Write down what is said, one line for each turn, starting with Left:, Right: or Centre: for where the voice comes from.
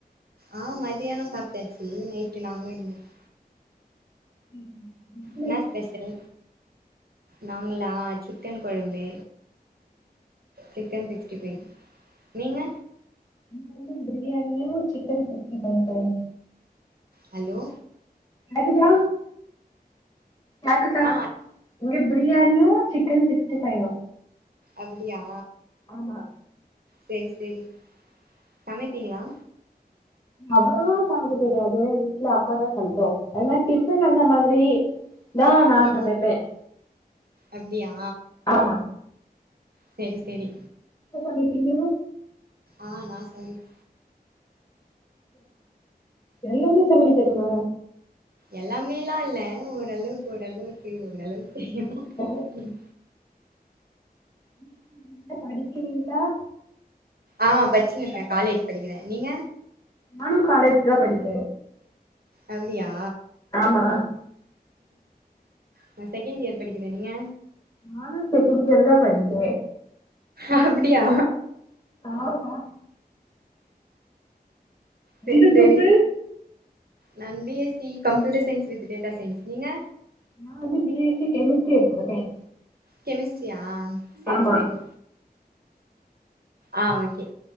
Right: ஆ மதியானோ சாப்டாச்சு நைட்டு நாங்களு இனிமே தா
Left: ம் ம்
Right: என்ன ஸ்பெஷல் நாங்களா சிக்கன் கொழம்பு சிக்கன் சிக்ஸ்டி ஃபை நீங்க
Left: இங்க வந்து பிரியாணியு சிக்கன் சிக்ஸ்டி ஃபையு தோழி
Right: ஹலோ
Left: கேக்குதா கேக்குதா
Right: ஆ
Left: இங்க பிரியாணியு சிக்கன் சிக்ஸ்டி ஃபையு
Right: அப்டியா
Left: ஆமா
Right: சேரி சேரி சமைப்பீங்ளா
Left: அவ்ளோவா சமைக்க தெரியாது வீட்ல அம்மா தா சமைக்கு ஆனா டிஃபன் அந்த மாதிரி தான் நா
Right: ம்
Left: சமைப்பேன்
Right: அப்டியா
Left: ஆமா
Right: செரி செரி
Left: பன்னிருக்கீங்க
Right: ஆ நா சமைப்
Left: எல்லாமே சமைக்க தெரியுமா
Right: எல்லாமேல்லாம் இல்ல ஓரளவுக்கு ஓரளவுக்கு ஓரளவுக்கு தெரியும்
Left: ஓ
Right: ம்
Left: என்ன படிக்கிறீங்ளா
Right: ஆ படிச்சினு இருக்கேன் காலேஜ் படிக்கிறேன் நீங்க
Left: நானும் காலேஜ் தா படிச்ச
Right: அப்டியா
Left: ஆமா
Right: நான் செகண்ட் இயர் படிக்கிறேன் நீங்க
Left: நானும் செகண்ட் இயர் தான் படிக்க
Right: அப்டியா
Left: ஆமா
Right: செரி
Left: இந்த குரூப்பு
Right: செரி நான் B S C computer science with data science நீங்க
Left: நா வந்து பி எஸ் சி கெமிஸ்ட்ரி எடுத்துருக்கேன்
Right: கெமிஸ்ட்ரியா செரி
Left: ஆமா
Right: செரி ஆ ஓகே